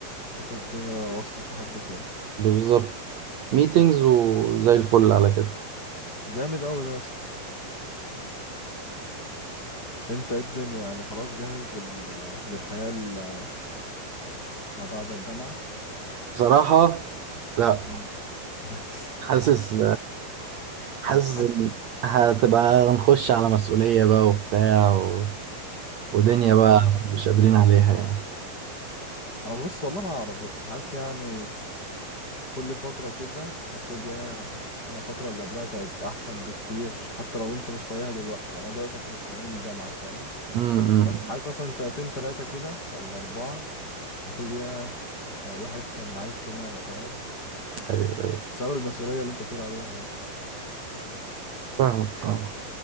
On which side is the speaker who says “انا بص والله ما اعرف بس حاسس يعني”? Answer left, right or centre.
Left